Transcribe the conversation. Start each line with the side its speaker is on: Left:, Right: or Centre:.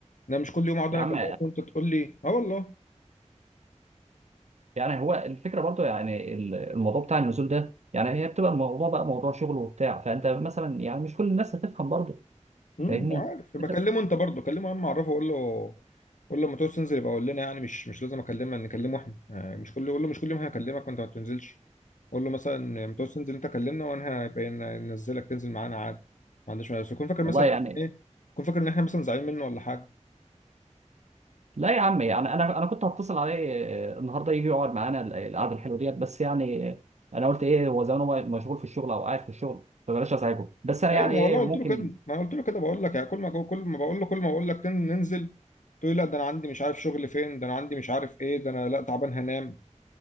Left: انا مش كل يوم اقعد
Right: يا
Left: انا
Right: عم
Left: اكلمك وانت تقول لي اه والله
Right: يعني هو الفكره برضو يعني ال- الموضوع بتاع النزول ده يعني هي بتبقى الموضوع بقى موضوع شغل وبتاع فانت مثلا يعني مش كل الناس هتفهم برضو
Left: امم
Right: فاهمني
Left: عارف يبقى
Right: انت
Left: كلمه انت برضه كلمه يا عم اعرفه قول له قول له لما تعوز تنزل يبقى قول لنا يعني مش مش لازم اكلمه نكلمه احنا آه، مش كل قول له مش كل يوم هكلمك وانت ما بتنزلش قول له مثلا لما تعوز تنزل انت كلمنا وانا هيبقى ين- ننزلك تنزل معانا عادي ما عنديش مانع بس يكون فاكر
Right: والله
Left: مثلا
Right: يعني
Left: ايه يكون فاكر ان احنا مثلا زعلانين منه ولا حاجه
Right: لا يا عم يعني انا انا كنت هتصل عليه آه، النهارده يجي يقعد معانا ال- القعده الحلوه ديت بس يعني آه، انا قلت ايه هو زمان هو مشغول في الشغل او قاعد في الشغل فبلاش ازعجه بس انا
Left: ايوه
Right: يعني
Left: ما
Right: ايه
Left: والله قلت
Right: ممكن
Left: له كده ما أنا قلت له كده بقول لك يعني كل ما جو- كل ما بقول له كل ما بقول لك تن- ننزل تقول لي لا ده انا عندي مش عارف شغل فين ده انا عندي مش عارف ايه ده انا لا تعبان هنام